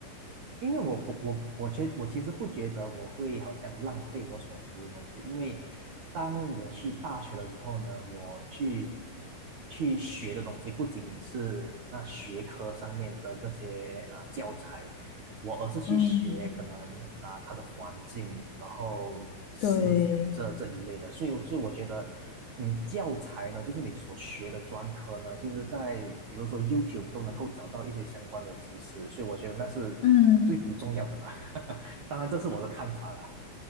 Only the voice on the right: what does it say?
因为我我我我其我其实不觉得我会好像浪费我所读的东西，因为当我去大学的时候呢，我去去学的东西不仅仅是那学科上面的这些啊、呃教材，我而是去学可能啊、
它的环境，然后思想这这一类的，
所以所以我觉得。嗯，教材呢，就是你所学的专科呢，其实在比如说 YouTube 都能够找到一些相关的知识，所以我觉得那是最不重要的吧。
<laughs> 当然，这是我的看法啦。